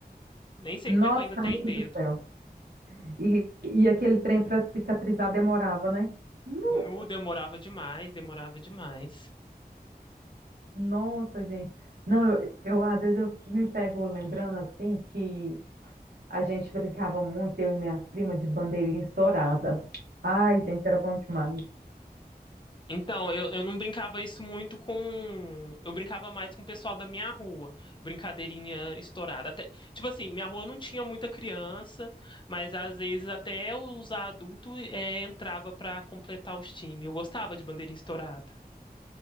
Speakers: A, on the left (about 30°); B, on the right (about 80°).
A: nem sei
B: Nossa,
A: como é que eu ainda tenho
B: amigo
A: dedo.
B: do céu. E, e aquele trem para cicatrizar demorava, né? Nu!
A: Nu demorava demais, demorava demais.
B: Nossa, gente. Não, eu, eu, às vezes eu me pego lembrando assim que A gente brincava muito, eu e minha prima, de bandeirinha estourada. Ai, gente, era bom demais.
A: Então, eu, eu não brincava isso muito com. Eu brincava mais com o pessoal da minha rua. Brincadeirinha estourada. Até, tipo assim, minha rua não tinha muita criança, mas às vezes até os adultos eh, entrava pra completar os times. Eu gostava de bandeirinha estourada.